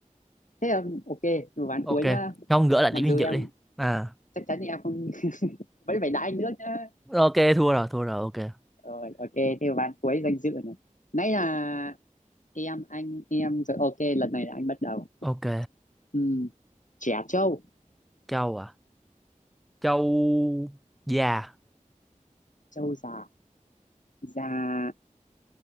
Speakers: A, on the left; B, in the centre.
A: thế là ok một ván
B: ok
A: cuối nhá
B: không gỡ lại
A: mặc
B: điểm danh
A: dù
B: dự
A: em
B: đi à
A: chắc chắn thì em không <laughs> vẫn phải đá anh nước nhá
B: ok thua rồi thua rồi ok
A: rồi ok thế là ván cuối danh dự này nãy là em anh em rồi ok lần này là anh bắt đầu
B: ok
A: ừ. trẻ trâu
B: châu à châu già
A: trâu già già